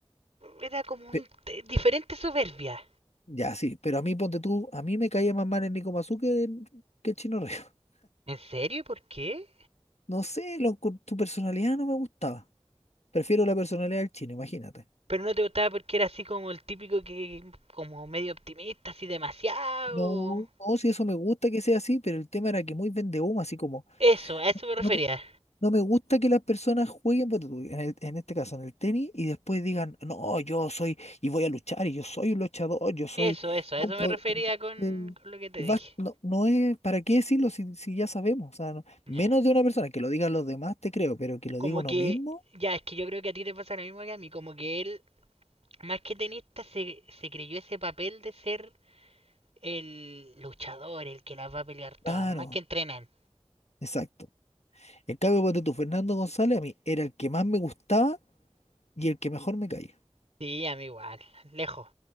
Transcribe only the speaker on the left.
pe-
Ya, sí, pero a mí ponte tú, a mí me caía más mal el Nico Massú que, el- que el Chino Río. <laughs>
No sé, lo, con tu personalidad no me gustaba. Prefiero la personalidad del Chino, imagínate.
No, no, si eso me gusta que sea así, pero el tema era que muy vende humo, así como,
no,
no me, no me gusta que las personas jueguen, ponte tú, en el- en este caso, en el tenis, y después digan, no, yo soy, y voy a luchar, y yo soy un luchador, yo soy,
nunca,
voy-".
Entonces,
vas-
no, no es, ¿para qué decirlo si, si ya sabemos? O sea, no-
menos de una persona, que lo digan los demás, te creo, pero que lo
diga uno
mismo,
claro,
exacto. En cambio, ponte tú, Fernando González, a mí era el que más me gustaba y el que mejor me caía.